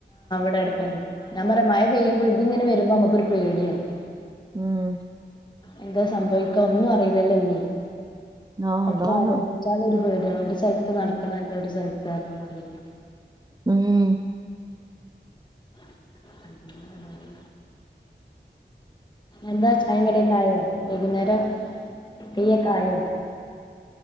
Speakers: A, on the left; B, on the right.
A: ഇത് എട്ക്കെന്നെ ഞൻ പറ മഴ പെയ്യ്മ്പോ ഇടി ഇങ്ങനെ വരുമ്പോ അമ്മക്ക് ഒര് പേടിയാണ്
B: ഉം
A: എന്താ സംഭവിക്ക ഒന്നും അറിയില്ലല്ലോ ഇഞ്
B: ആഹ്
A: അപ്പ
B: അതാണ്
A: ആലോയിച്ചാൽ ഒര് പേടി <unintelligible> ഒര് സൽത്ത് നടക്ക്ന്നഅല്ല ഒര് സൽത്ത് പറഞ്ഞ മാതിരിയാ
B: ഉം
A: ഉ അതെ എന്താ ചായിം കടിം ഒക്കായോ വൈകുന്നേരം തീ ഒക്കെ ആയോ